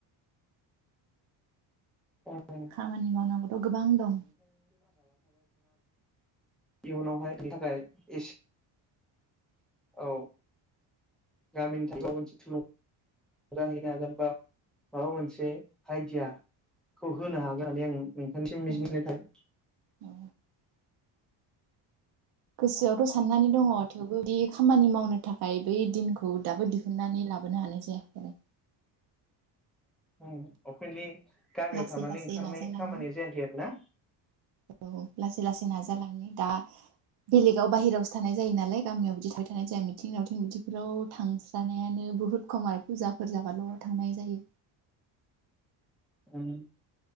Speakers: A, in the centre; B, on the right (about 55°).
A: <unintelligible>
B: खामानि मावनांगौथ' गोबां दं
A: इयुनावहाय नि थाखाय एस औ गामिनि थाखाय <unintelligible> हागोन बा माबा मोनसे आइडिया खौ होनो हागोन होननानै आं नोंथांनिसिम
B: औ
A: <unintelligible> थाबाय।
B: औ गोसोआवथ' साननानै दङ थेवबो दि खामानि मावनो थाखाय बै दिनखौ दाबो दिहुनन्नानै लाबोनो हानाय जायाखै आरो।
A: उम अपेनलि गामियाव
B: लासै
A: थानानै
B: लासै
A: ओंखारनाय
B: नाजालांनो
A: खामानिया जायाखै आरोना?
B: औ लासै लासै नाजालांनि। दा बेलेगाव बाहेरायावसो थानाय जायो नालाय गामियाव बिदि थाबाय थानाय जाया मिथिं दावथिं बिदि रौ थांस्रानो नायानो बुहुत खम आरो फुजाफोर जाबाल' थांनाय जायो।
A: <unintelligible>